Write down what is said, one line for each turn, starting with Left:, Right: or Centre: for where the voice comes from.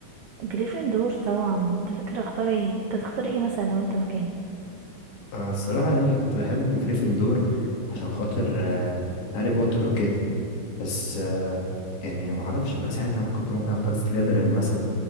Right: جريفندور طبعا انت فاكر اختار ايه انت تختار ايه مثلا لو انت مكاني
Left: آه، الصراحة أنا كنت بحب جريفندور عشان خاطر آه، هاري بوتر وكده بس آه، يعني معرفش بقى ساعتها ممكن كنت ممكن أختار سليذرين مثلا